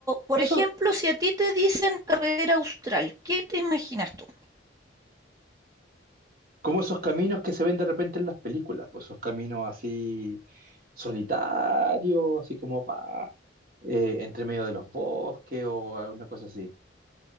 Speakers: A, on the right (about 20°); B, on the right (about 50°).
A: por
B: eso,
A: ejemplo, si a ti te dicen carretera austral, ¿qué te imaginas tú?
B: como esos caminos que se ven de repente en las películas, pues esos caminos así solitarios, así como pa, eh, entre medio de los bosques o alguna cosa así.